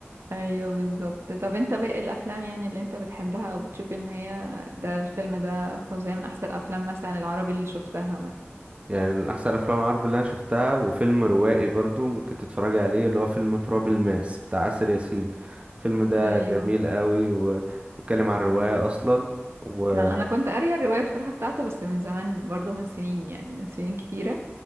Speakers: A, on the right; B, on the right.
A: ايوه بالظبط طب انت باقي الافلام يعني اللي انت بتحبها او بتشوف ان هي ده الفيلم ده فظيع من احسن الافلام مثلا العربي اللي شفتها مثلا
B: يعني من احسن الافلام العربي اللي انا شفتها وفيلم روائي برضو ممكن تتفرجي عليه اللي هو فيلم تراب الماس بتاع آسر ياسين الفيلم ده
A: ايوه
B: جميل قوي و- واتكلم عن الروايه اصلا وانا
A: ما انا أنا كنت قارية الرواية بصراحة بتاعته بس من زمان برضو من سنين يعني من سنين كتيرة